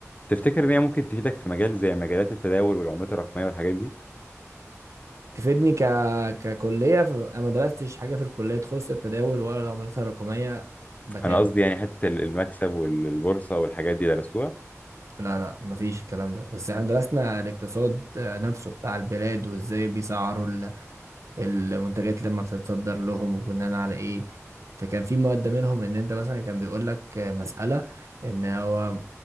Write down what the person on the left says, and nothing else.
تفتكر ان هي ممكن تفيدك في مجال زي مجالات التداول والعملات الرقميه والحاجات دي
انا قصدي يعني حتى ال- المكسب والبورصه والحاجات دي درسوها